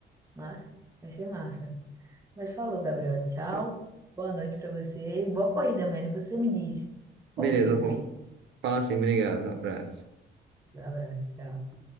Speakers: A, on the right; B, on the right.
A: Né? Vai ser massa. Mas falou, Gabriel. Tchau.
B: É,
A: Boa noite pra você e boa corrida amanhã. Depois você me diz qual
B: Beleza,
A: foi seu
B: eu vou.
A: peito.
B: Fala assim, obrigado, abraço.
A: Abraço. Tchau.